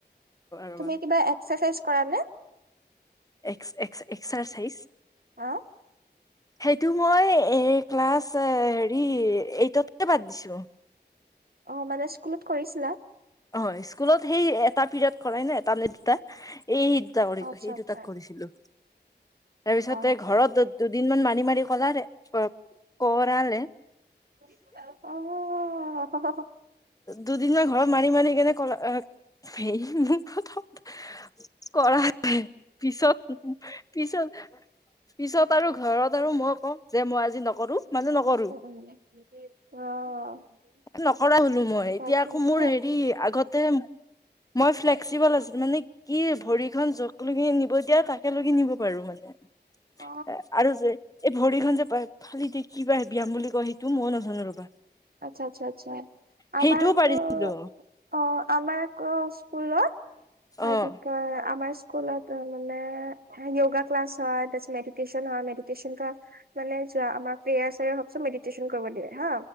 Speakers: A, on the left; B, on the right.
A: ৰবা
B: তুমি কিবা এক্সাচাইজ কৰানে?
A: এক্স-এক্স-এক্সাৰচাইজ?
B: অ,
A: সেইটো মই এ ক্লাছ এ হেৰি, এইটতে বাদ দিছোঁ।
B: অ, মানে স্কুলত কৰিছিলা?
A: অ, স্কুলত সেই এটা পিৰিয়ড কৰাইনে এটা নে দুটা, এই <unintelligible>
B: অ, আচ্ছা,
A: সেই
B: আচ্ছা,
A: দুটাত কৰিছিলোঁ। তাৰপিছতে
B: অ,
A: ঘৰত দু দুদিনমান মাৰি মাৰি কৰালে, ক কৰালে।
B: অ, অহ হ।
A: দুদিনমান ঘৰত মাৰি মাৰি সেইকাৰনে কল অহ হেই মুখত শব্দ কৰালে, পিছত পিছত, পিছত আৰু ঘৰত আৰু মই কওঁ যে, মই আজি নকৰোঁ মানে নকৰোঁ।
B: <unintelligible>
A: নকৰা হ'লো মই,
B: তাকে
A: এতিয়া আকৌ মোৰ
B: অ,
A: হেৰি, আগতে মই ফ্লেক্সিব'ল আছিলোঁ, মানে কি ভৰি খন য'ক লগি নিব দিয়া, তাকে লগি নিব পাৰোঁ মানে। এ,
B: অ,
A: আৰু যে, এই ভৰিখন যে ফালি দিয়ে, কি বা হে ব্যায়াম বুলি কয়, সেইটো মই নাজানো ৰ'বা।
B: আচ্ছা, আচ্ছা, আচ্ছা। আমাৰ
A: সেইটোও
B: আকৌ
A: পাৰিছিলো
B: অ, আমাৰ আকৌ স্কুলত, আ
A: অ
B: কি কয়? আমাৰ স্কু স্কুলত মানে য়োগা ক্লাছ হয়, তাৰপিছত মেডিটেশ্যন হয়, মেডিটেশ্যন ক্লাছ। মানে যোৱা আমাৰ প্ৰেয়াৰ চাৰ অহা পিছত, মেডিটেশ্যন কৰিব দিয়ে হা।